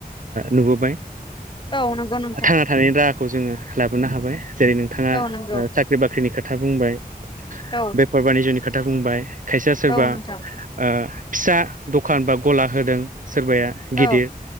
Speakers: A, on the right; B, on the left.
A: नुबोबाय
B: औ नंगौ नोंथां
A: थांना थानायनि राहाखौ जोङो लाबोनो हाबाय जेरै नों बिथाङा
B: औ नंगौ
A: साख्रि बाख्रिनि खोथा बुंबाय
B: औ
A: बेफार बानिज्यनि खोथा बुंबाय खायसेया सोरबा
B: औ नोंथां
A: फिसा दखान बा गला होदों सोरबाया गिदिर
B: औ